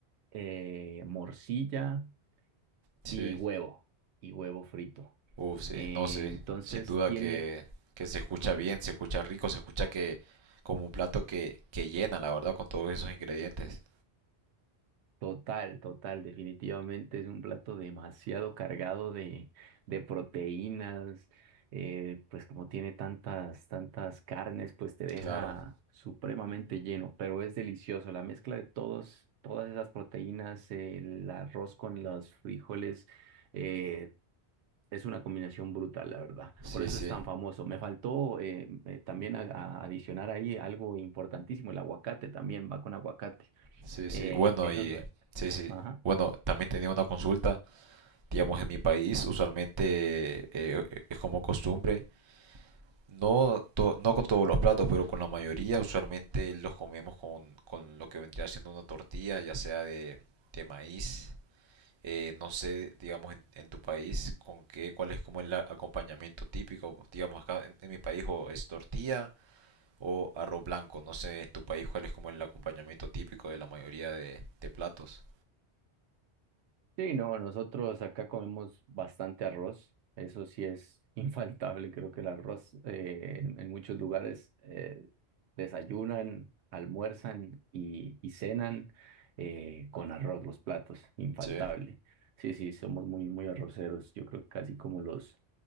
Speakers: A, on the right; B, on the right.
A: eh, morcilla
B: sí.
A: y huevo, y huevo frito.
B: Uf, sí,
A: Eh,
B: no sé.
A: entonces
B: Sin duda
A: tiene
B: que, que se escucha bien, se escucha rico, se escucha que como un plato que, que llena, la verdad, con todos esos ingredientes.
A: Total, total, definitivamente es un plato demasiado cargado de, de proteínas, eh, pues como tiene tantas, tantas carnes, pues te deja
B: Claro.
A: supremamente lleno, pero es delicioso, la mezcla de todos, todas esas proteínas, eh, el arroz con los frijoles, eh, es una combinación brutal, la verdad,
B: Sí,
A: por eso
B: sí,
A: es tan famoso. Me faltó eh, eh, también a- a adicionar ahí algo importantísimo, el aguacate también va con aguacate.
B: sí, sí.
A: Eh,
B: Bueno,
A: esa
B: y
A: es la-
B: sí, sí.
A: Ajá.
B: Bueno, también tenía una consulta, digamos, en mi país, usualmente eh, es como costumbre, no, to- no con todos los platos, pero con la mayoría, usualmente los comemos con, con lo que vendría siendo una tortilla, ya sea de, de maíz Eh, no sé, digamos, en, en tu país, con qué, cuál es como el a- acompañamiento típico. Digamos, acá en, en mi país o es tortilla o arroz blanco. No sé, en tu país, cuál es como el acompañamiento típico de la mayoría de, de platos.
A: Sí, no, nosotros acá comemos bastante arroz, eso sí es <laughs> infaltable, creo que el arroz eh, en, en muchos lugares eh, desayunan, almuerzan y, y cenan eh, con arroz los platos, infaltable.
B: Sí,
A: Sí, sí, somos muy, muy arroceros, yo creo que casi como los